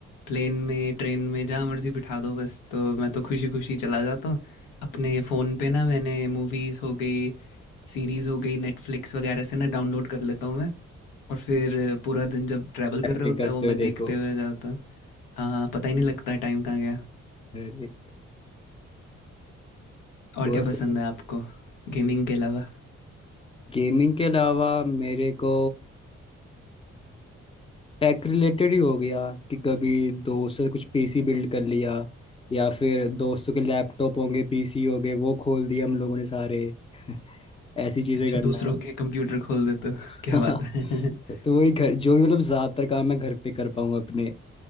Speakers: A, on the left (about 80°); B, on the left (about 15°).
A: प्लेन में ट्रेन में जहाँ मर्जी बिठा दो बस तो मैं तो खुशी खुशी चला जाता हूँ अपने फ़ोन पे ना मैंने मूवीज़ हो गई सीरीज़ हो गई नेटफ्लिक्स वगैरह से ना डाउनलोड कर लेता हूँ मैं और फिर पूरा दिन जब ट्रैवल
B: ट्रैवलिंग
A: कर रहे होते
B: करते
A: हैं वो
B: हुए
A: मैं देखते
B: देखो
A: हुए जाता हाँ पता ही नहीं लगता टाइम कहाँ गया
B: अरे
A: और
B: और
A: क्या पसंद
B: फिर
A: है आपको गेमिंग के अलावा
B: गेमिंग के अलावा मेरे को टेक रिलेटेड ही हो गया कि कभी दोस्त से कुछ पीसी बिल्ड कर लिया या फिर दोस्तों के लैपटॉप होंगे पीसी होंगे वो खोल दिए हम लोगों ने सारे <laughs> ऐसी चीजें
A: अच्छा
B: करना
A: दूसरों के कंप्यूटर खोल देते हो <laughs> क्या
B: <laughs>
A: बात है <laughs>
B: तो वही घर जो भी मतलब ज्यादातर काम मैं घर पे कर पाऊँ अपने